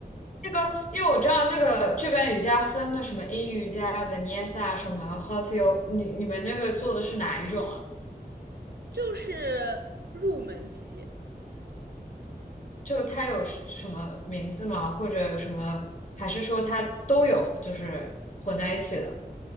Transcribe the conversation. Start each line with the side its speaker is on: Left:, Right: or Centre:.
Left: 那个，因为我知道那个这边瑜伽分了什么阴瑜伽、Vinyasa 什么 Hot Yoga，你你们那个做的是哪一种啊？
Right: 就是入门级。
Left: 就它有什么名字吗？或者有什么？还是说它都有，就是混在一起的？